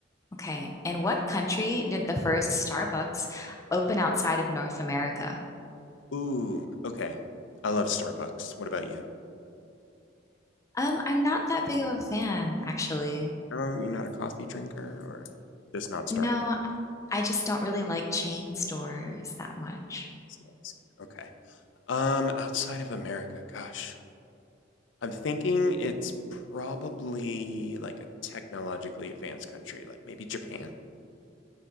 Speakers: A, on the left (about 15°); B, on the left (about 75°).
A: Okay, in what country did the first Starbucks open outside of North America?
B: Ooh, okay. I love Starbucks. What about you?
A: Um, I'm not that big of a fan, actually.
B: Oh, you're not a coffee drinker or just not Starbucks.
A: No, I just don't really like chain stores that much.
B: Yes. Okay. Um, outside of America, gosh. I'm thinking it's probably like a technologically advanced country, like maybe Japan. I